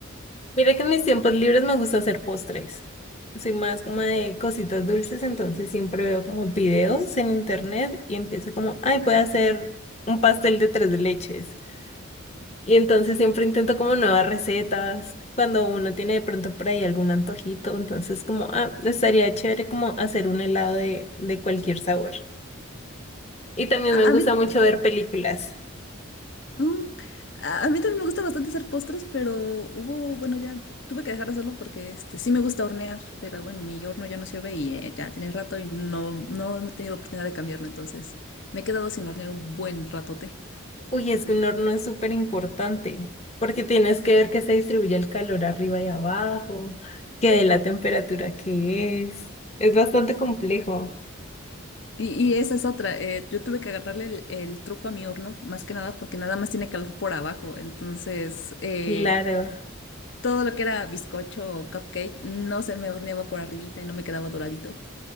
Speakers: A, on the left (about 30°); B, on the left (about 60°).
A: Mira que en mis tiempos libres me gusta hacer postres. Soy más como de cositas dulces, entonces siempre veo como videos en internet y empiezo como, ay, voy a hacer un pastel de tres leches. Y entonces siempre intento como nuevas recetas, cuando uno tiene de pronto por ahí algún antojito, entonces como, ah, estaría chévere como hacer un helado de, de cualquier sabor. Y también
B: A,
A: me gusta
B: a mí,
A: mucho
B: t-
A: ver películas.
B: mm, a, a mí también me gusta bastante hacer postres, pero hubo, bueno, ya tuve que dejar de hacerlo porque este, sí me gusta hornear, pero bueno, mi horno ya no sirve y eh, ya tiene rato y no, no he tenido oportunidad de cambiarlo, entonces me he quedado sin hornear un buen ratote.
A: Uy, es que un horno es súper importante, porque tienes que ver que se distribuye el calor arriba y abajo, que de la temperatura que es. Es bastante complejo.
B: Y, y esa es otra. eh, yo tuve que agarrarle el, el truco a mi horno, más que nada, porque nada más tiene calor por abajo. Entonces, eh,
A: Claro.
B: todo lo que era bizcocho o cupcake no se me horneaba por arribita y no me quedaba doradito.